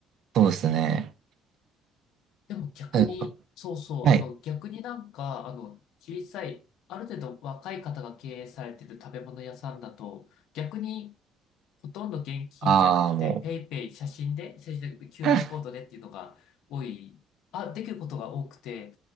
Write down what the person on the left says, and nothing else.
でも逆に、
そうそう、
あの、逆になんか、あの、小さい、ある程度若い方が経営されてる食べ物屋さんだと、逆にほとんど現金じゃなくて、
ペイペイ、写真で、写真で QR
コードでっていうのが多い、あ、できることが多くて、